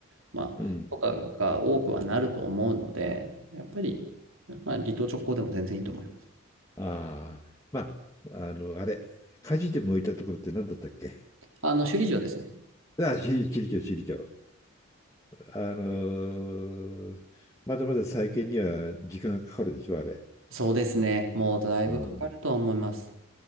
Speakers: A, on the right; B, on the left.
A: まあ、
B: うん。
A: とかが多くはなると思うので、やっぱり、まあ、離島直行でも全然いいと思います。
B: ああ、まあ、あの、あれ、火事で燃えたところって何だったっけ
A: あの、首里城ですね。
B: <laughs> ああ、し首里城、首里城。あのまだまだ再建には時間がかかるでしょ、あれ。
A: そうですね。もうだいぶかかるとは思います。
B: うん。